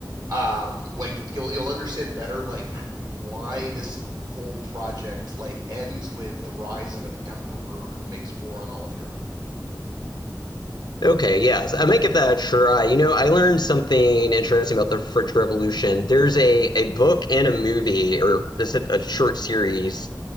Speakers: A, on the right; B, on the left.
A: um, like you'll you'll understand better like why this whole project like ends with the rise of an emperor who makes war on all of Europe.
B: okay, yes, I might give that a try. You know, I learned something interesting about the French Revolution. There's a a book and a movie, or is it a short series